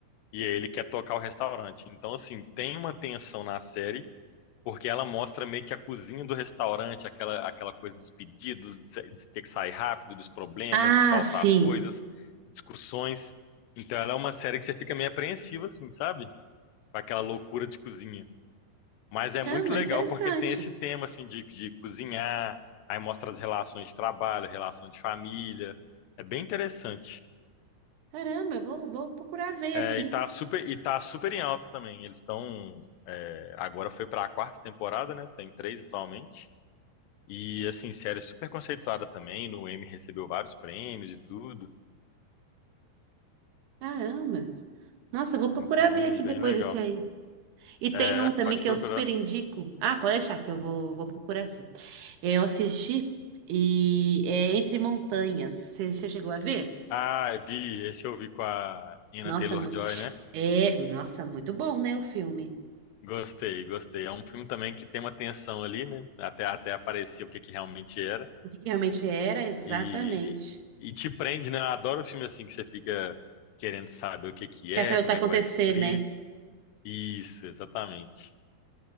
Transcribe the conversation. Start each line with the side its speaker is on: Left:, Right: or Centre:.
Left: e aí ele quer tocar o restaurante. Então, assim, tem uma tensão na série porque ela mostra meio que a cozinha do restaurante, aquela, aquela coisa dos pedidos, de, sa- de ter que sair rápido, dos problemas,
Right: ah,
Left: de faltar
Right: sim.
Left: as coisas, discussões. Então, ela é uma série que você fica meio apreensiva, assim, sabe? com aquela loucura de cozinha. Mas é
Right: Caramba,
Left: muito legal
Right: interessante.
Left: porque tem esse tema assim de, de cozinhar, aí mostra as relações de trabalho, relação de família. É bem interessante.
Right: Caramba, vou, vou procurar ver
Left: É,
Right: aqui.
Left: e tá super, e tá super em alta também. Eles estão. é, agora foi para a quarta temporada, né? Tem três atualmente. E assim, série super conceituada também. No Emmy recebeu vários prêmios e tudo.
Right: Caramba. Nossa, eu vou procurar
Left: Então,
Right: ver aqui
Left: bem
Right: depois
Left: legal.
Right: desse aí. E tem
Left: É,
Right: um também
Left: pode
Right: que
Left: procurar.
Right: eu super indico. Ah, pode achar que eu vou, vou procurar sim. É, Eu assisti e é Entre Montanhas. Você você chegou a ver?
Left: Ah, vi, esse eu vi com a Ina
Right: Nossa,
Left: Taylor-Joy,
Right: mu-
Left: né?
Right: é, nossa, muito bom, né, o filme.
Left: Gostei, gostei. É um filme também que tem uma tensão ali, né? Até, até aparecer o que, que realmente era.
Right: O que que realmente era, exatamente.
Left: E, e te prende, né? Eu adoro filme assim que você fica querendo saber o que, que
Right: Quer
Left: é,
Right: saber
Left: como
Right: o que vai
Left: é
Right: acontecer,
Left: que vai descobrir.
Right: né?
Left: Isso, exatamente.